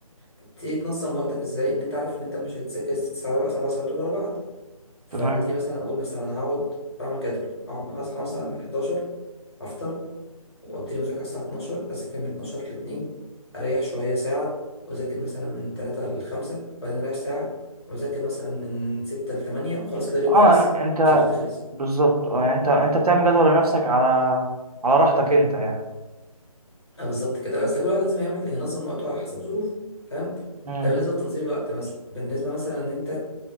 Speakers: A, on the left; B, on the right.
A: فبتبتدي تنظم وقتك ازاي ان انت عارف ان انت مش هتذاكر 6 ساعات ولا 7 ساعات دول ورا بعض فببتدي
B: تمام
A: مثلا اقول مثلا هقعد اعمل جدول هقعد هصحى مثلا من 11 افطر وابتدي مذاكرة الساعة 12 اذاكر من 12 ل 2 اريح شوية ساعة واذاكر مثلا من 3 ل 5 وبعدين اريح ساعة واذاكر مثلا من 6 ل 8 وخلاص كده اليوم
B: اه
A: خلص
B: يعني انت
A: مذاكرتي خلصت
B: بالظبط اه يعني انت انت بتعمل جدول لنفسك على على راحتك انت يعني
A: آه، بالظبط كده اصل كل واحد لازم يعمل ينظم وقته على حسب ظروفه فاهم
B: مم.
A: ده بالنسبه لتنظيم الوقت مثلا بالنسبه مثلا ان انت